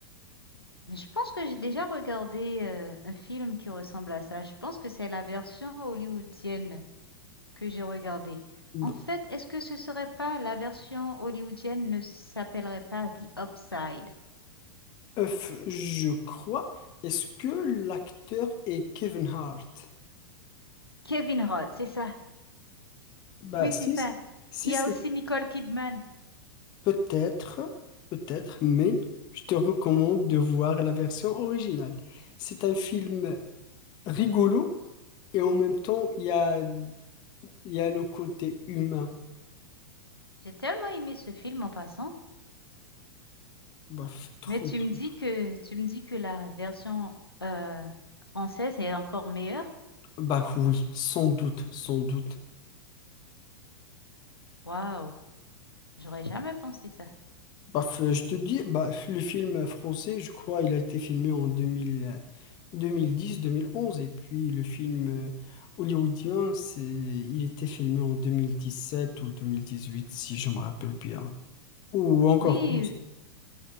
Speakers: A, on the left (about 80°); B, on the left (about 35°).
A: Mais je pense que j'ai déjà regardé euh, un film qui ressemble à ça. Je pense que c'est la version hollywoodienne que j'ai regardée.
B: B-
A: En fait, est-ce que ce serait pas la version hollywoodienne ne s'appellerait pas The Upside?
B: F, je crois. Est-ce que l'acteur est Kevin Hart?
A: Kevin Hart, c'est ça.
B: Bah,
A: Oui,
B: si,
A: c'est ça.
B: c- si
A: Il y
B: c'est
A: a aussi Nicole Kidman.
B: peut-être, peut-être, mais je te recommande de voir la version originale. C'est un film rigolo et en même temps, il y a, il y a le côté humain.
A: J'ai tellement aimé ce film en passant.
B: Bah, f- trop,
A: Mais tu
B: trop,
A: me dis
B: trop.
A: que tu me dis que la version euh, française est encore meilleure?
B: Bah oui, sans doute, sans doute.
A: Waouh, j'aurais jamais pensé ça.
B: Bah, f- je te dis, bah, le film français, je crois, il a été filmé en deux deux mille euh, deux mille dix, deux mille onze, et puis le film euh, hollywoodien, c'est, il était filmé en deux mille dix sept ou 2018, si je me rappelle bien. Ou encore
A: Oui,
B: plus.